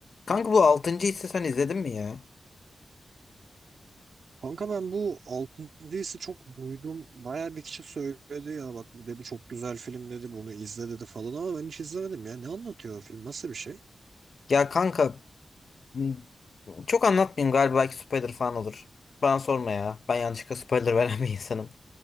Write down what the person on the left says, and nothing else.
Kanka bu altıncı hissi sen izledin mi ya?
Ya kanka m- çok anlatmayayım galiba belki spoiler falan olur. Bana sorma ya. Ben yanlışlıkla spoiler <laughs> veren bir insanım.